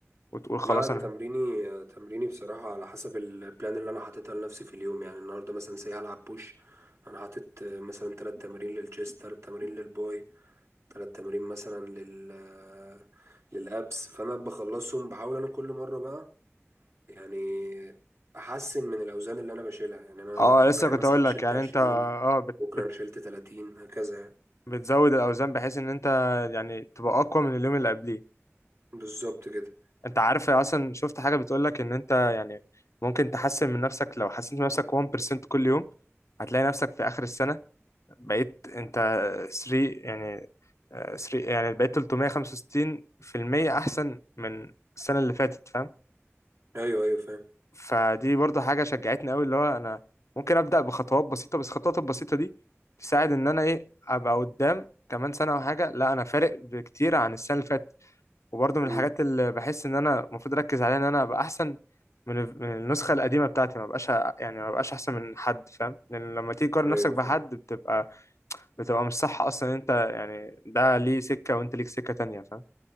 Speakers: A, on the left; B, on the right.
A: وتقول خلاص
B: لا انا
A: انا
B: تمريني تمريني بصراحه على حسب البلان اللي انا حاططها لنفسي في اليوم يعني النهارده مثلا سي هلعب بوش انا حاطط مثلا ثلاث تمارين للتشيست ثلاث تمارين للباي ثلاث تمارين مثلا لل للابس فانا بخلصهم بحاول انا كل مره بقى يعني احسن من الاوزان اللي انا بشيلها يعني انا
A: اه
B: امبارح
A: لسه كنت
B: مثلا
A: اقول لك
B: شلت
A: يعني
B: 20
A: انت اه بت
B: بكره
A: بت
B: انا شلت 30 هكذا يعني
A: بتزود الاوزان بحيث ان انت يعني تبقى اقوى من اليوم اللي قبليه
B: بالظبط كده
A: انت عارف اصلا شفت حاجه بتقول لك ان انت يعني ممكن تحسن من نفسك لو حسنت من نفسك 1% كل يوم هتلاقي نفسك في اخر السنه بقيت انت 3 يعني 3 يعني بقيت 365% احسن من السنه اللي فاتت فاهم
B: ايوه ايوه فاهم
A: فدي برضو حاجه شجعتني قوي اللي هو انا ممكن ابدا بخطوات بسيطه بس الخطوات البسيطه دي تساعد ان انا ايه ابقى قدام كمان سنه او حاجه لا انا فارق بكتير عن السنه اللي فاتت وبرضه من
B: امم
A: الحاجات اللي بحس ان انا المفروض اركز عليها ان انا ابقى احسن من من النسخه القديمه بتاعتي ما بقاش يعني ما بقاش احسن من حد فاهم لان لما تيجي تقارن
B: ايوه
A: نفسك بحد
B: فاهم
A: بتبقى بتبقى مش صح اصلا انت يعني ده ليه سكه وانت ليك سكه تانية فاهم